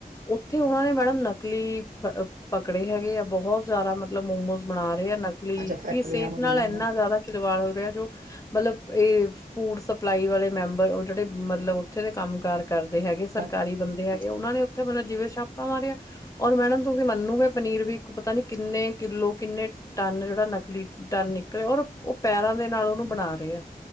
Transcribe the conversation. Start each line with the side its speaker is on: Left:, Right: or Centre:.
Left: ਉੱਥੇ ਉਹਨਾਂ ਨੇ ਮੈਡਮ ਨਕਲੀ ਪਕੜੇ ਹੈਗੇ ਆ ਬਹੁਤ ਜ਼ਿਆਦਾ ਮਤਲਬ ਮੋਮੋਜ਼ ਬਣਾ ਰਹੇ ਆ ਨਕਲੀ
Right: ਅੱਛਾ ਫੈਕਟਰੀਆਂ
Left: ਕਿ ਸਿਹਤ
Right: ਬਣੀਆਂ
Left: ਨਾਲ ਇੰਨਾ
Right: ਨੇ
Left: ਜ਼ਿਆਦਾ ਖਿਲਵਾੜ ਹੋ ਰਿਹਾ ਜੋ ਮਤਲਬ ਇਹ ਫੂਡ ਸਪਲਾਈ ਵਾਲੇ ਮੈਂਬਰ ਉਹ ਜਿਹੜੇ ਮਤਲਬ ਉੱਥੇ ਦੇ ਕੰਮ ਕਾਰ ਕਰਦੇ ਹੈਗੇ ਸਰਕਾਰੀ
Right: ਹਾਂਜੀ
Left: ਬੰਦੇ ਹੈਗੇ
Right: ਅੱਛਾ
Left: ਉਹਨਾਂ ਨੇ ਉੱਥੇ ਮਤਲਬ ਜਿਵੇਂ ਛਾਪਾ ਮਾਰਿਆ ਔਰ ਮੈਡਮ ਤੁਸੀਂ ਮੰਨੋਗੇ ਪਨੀਰ ਵੀ ਪਤਾ ਨੀ ਕਿੰਨੇ ਕਿੱਲੋ ਕਿੰਨੇ ਟਨ ਜਿਹੜਾ ਨਕਲੀ ਟਨ ਨਿਕਲਿਆ ਔਰ ਉਹ ਪੈਰਾਂ ਦੇ ਨਾਲ ਉਹਨੂੰ ਬਣਾ ਰਹੇ ਆ